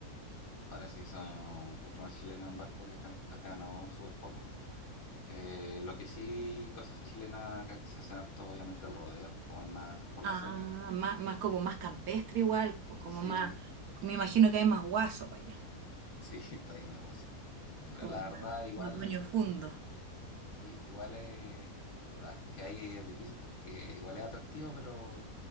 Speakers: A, on the left; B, on the right.
A: parece que son mucho más chilenos en Valpo que acá, acá no, súper poco. Eh, lo que sí, cosas chilenas acá que se hacen harto, obviamente el rodeo, como es más por
B: Ah,
A: la zona.
B: más, más como más campestre igual, pues, como
A: Sí,
B: más, me imagino que hay más guaso para allá.
A: sí, <laughs> está lleno de guaso. Mira,
B: como
A: la
B: más,
A: verdad, igual,
B: más baño fundo.
A: sí, igual es, o sea, es que ahí es difícil porque igual es atractivo, pero